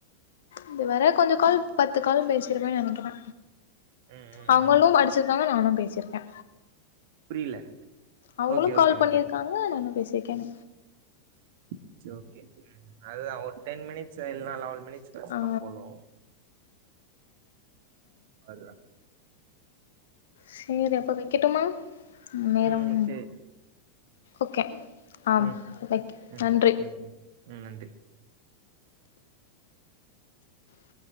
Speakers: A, on the left; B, on the right.
A: இது வற கொஞ்சம் கால் பத்து கால் பேசிருப்பன்னு நினைக்கிறே
B: ம் ம்
A: அவங்களும்
B: ம்
A: அடிச்சிருக்காங்க நானும் பேசிருக்கே
B: புரியல
A: அவங்களும்
B: ஓகே
A: கால்
B: ஓகே
A: பண்ணியிருக்காங்க
B: ஓகே
A: நானும் பேசியிருக்கேன்
B: இட்ஸ் ஓகே அதான் ஒரு டென் மினிட்ஸ் இல்ல லவன் மினிட்ஸ் பேசின
A: ஆ
B: போதும் அது தான்
A: செரி அப்ப வைக்கட்டுமா நேரம்
B: ம் சரி
A: ஓகே ஆம்
B: ம் ம்
A: நன்றி
B: ம் ம் ம் நன்றி
A: <inaudible>